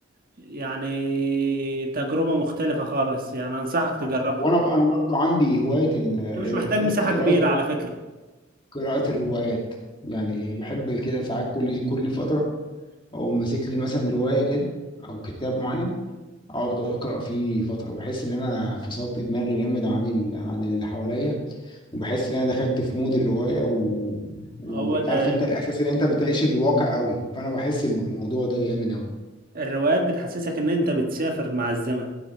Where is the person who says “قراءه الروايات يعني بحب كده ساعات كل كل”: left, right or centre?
Left